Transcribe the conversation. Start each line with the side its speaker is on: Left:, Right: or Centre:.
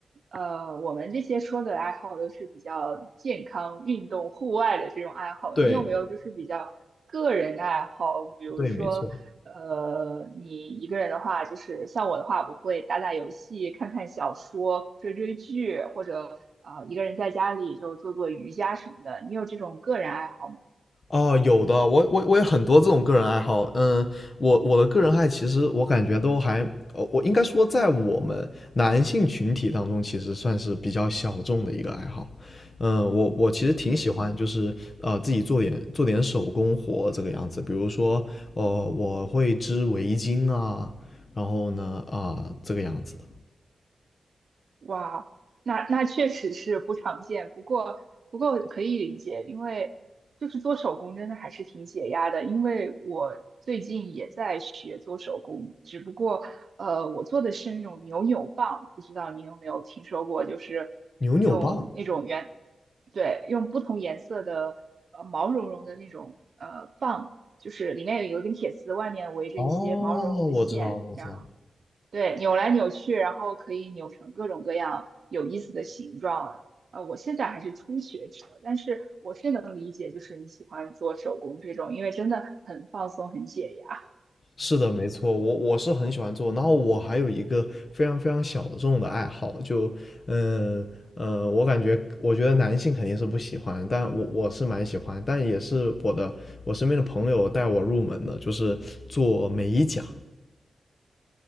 Right: 呃，我们这些说的爱好都是比较健康、运动、户外的这种爱好，
Left: 对
Right: 你有没有就是比较个人的爱好？比如说，
Left: 对，没错。
Right: 呃，你一个人的话，就是像我的话，我会打打游戏、看看小说、追追剧，或者啊、呃一个人在家里就做做瑜伽什么的。你有这种个人爱好吗？
Left: 哦，有的，我我我有很多这种个人爱好，嗯，我我的个人爱其实我感觉都还，哦，我应该说在我们男性群体当中，其实算是比较小众的一个爱好，嗯，我我其实挺喜欢，
Right: 嗯
Left: 就是呃自己做点做点手工活这个样子，比如说，呃，我会织围巾啊，然后呢，啊、这个样子的
Right: 哇，那那确实是不常见，不过不过可以理解，因为就是做手工真的还是挺解压的。因为我最近也在学做手工，只不过呃，我做的是那种扭扭棒，不知道你有没有听说过？就是用那种圆，
Left: 牛扭棒，
Right: 对，用不同颜色的呃毛茸茸的那种呃棒，就是里面有一根铁丝，外面围着一些毛茸茸的线。
Left: 哦，我知道了，我知道了。
Right: 然后。对，扭来扭去，然后可以扭成各种各样有意思的形状。呃，我现在还是初学者，但是我是能理解，就是你喜欢做手工这种，因为真的很放松，很解压。
Left: 是的，没错，我我是很喜欢做，然后我还有一个非常非常小众的爱好，就，嗯呃，呃我感觉，我觉得男性肯定是不喜欢，但我我是蛮喜欢，但也是我的我身边的朋友带我入门的，就是做美甲，